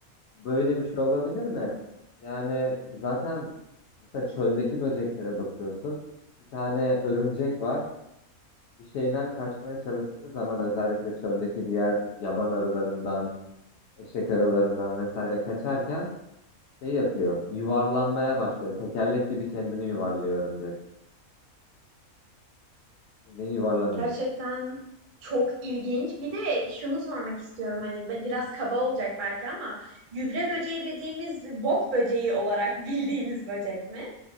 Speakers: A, on the left; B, on the right.
A: Böyle bir şey olabilir mi? Yani zaten mesela çöldeki böceklere bakıyorsun. Bir tane örümcek var. bir şeyden kaçmaya çalıştığı zaman özellikle çöldeki diğer yaban arılarından, eşek arılarından vesaire kaçarken şey yapıyor. Yuvarlanmaya başlıyor. Tekerlek gibi kendini yuvarlıyor örümcek. Bildiğin yuvarlanıyor.
B: Gerçekten çok ilginç. Bir de şunu sormak istiyorum hani bi- biraz kaba olacak belki ama gübre böceği dediğimiz bok böceği olarak <laughs> bildiğimiz böcek mi?